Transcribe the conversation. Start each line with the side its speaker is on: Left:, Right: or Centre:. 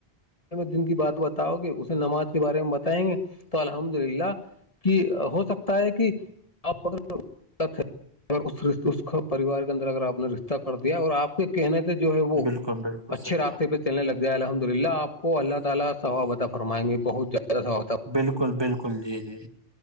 Left: دن کی بات بتاؤ گے اسے نماز کے بارے میں بتائیں گے تو الحمد للہ کہ ہو سکتا ہے کہ آپ ا ہے اس اس پریوار کے اندر اگر آپ نے رشتہ کر دیا اور آپ <inaudible> کہنے سے جو ہے وہ
Right: بالکل بالکل
Left: اچھے
Right: صحیح
Left: راستے
Right: بات
Left: پہ چلنے لگ جائے الحمد للہ آپ کو اللہ تعالی واابت فرمائیں گے بہت زیادہ و
Right: بالکل بالکل جی جی